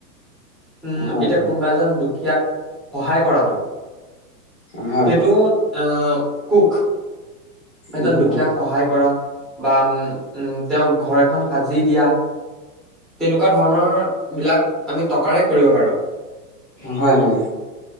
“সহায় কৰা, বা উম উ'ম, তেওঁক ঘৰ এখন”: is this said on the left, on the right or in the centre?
Centre